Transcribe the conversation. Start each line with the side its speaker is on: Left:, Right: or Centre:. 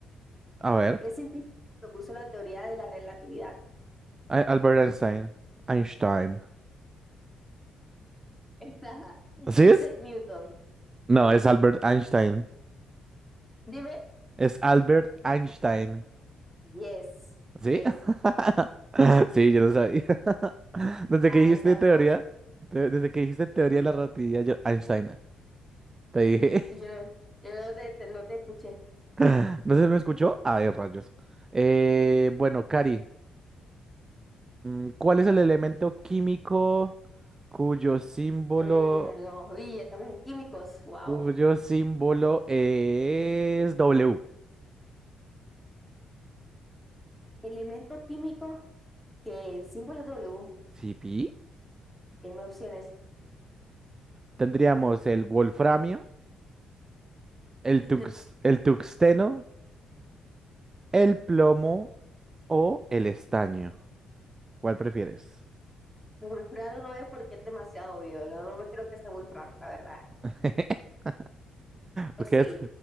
Right: A ver.
Centre: ¿Qué científico propuso la teoría de la relatividad?
Right: Ay, Albert Einstein. Einstein.
Centre: <laughs> Está
Right: ¿Sí
Centre: Isaac
Right: es?
Centre: Newton.
Right: No, es Albert Einstein.
Centre: Dime.
Right: Es Albert Einstein.
Centre: Yes.
Right: ¿Sí?
Centre: Sí es.
Right: <laughs> Sí, yo lo sabía. <laughs> Desde
Centre: Ay,
Right: que dijiste
Centre: tan
Right: teoría, te- desde que dijiste teoría de la relatividad, yo, Einstein, te dije.
Centre: Yo no, yo no te, te- no te escuché.
Right: <laughs> No sé si me escuchó. Ay, rayos. Eh, bueno, Cari, mm, ¿cuál es el elemento químico cuyo símbolo
Centre: Mm, no. Uy, ya estamos en químicos. Wow.
Right: cuyo símbolo es W.
Centre: Elemento químico que el símbolo es W.
Right: Sí, pi.
Centre: Dime opciones.
Right: Tendríamos el wolframio, el
Centre: <laughs>
Right: tux- el tuxteno, el plomo o el estaño. ¿Cuál prefieres?
Centre: Wolfrano no es porque es demasiado obvio. No, no me creo que sea Wolfrano, la verdad.
Right: <laughs>
Centre: O
Right: Porque
Centre: sí,
Right: es...